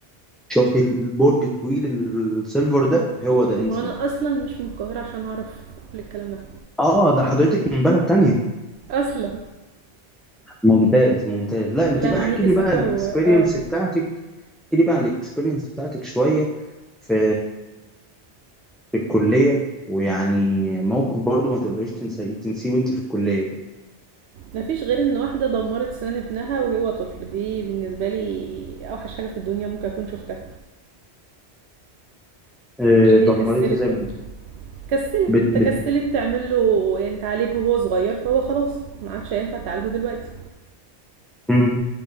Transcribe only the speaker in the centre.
شفت البرج الطويل السيلفر ده هو ده ان
سي ار
اه ده حضرتك من بلد تانية
ممتاز ممتاز لا انت
بقى احكي
لي
بقى الاكسبيرينس
بتاعتك احكي لي بقى عن الاكسبيرينس بتاعتك شويه في في الكليه ويعني موقف برضو ما تقدرش تنسيه تنسيه وانت في الكليه كده
اه،
دمرتها
زي
بت
بت
بت-
مم.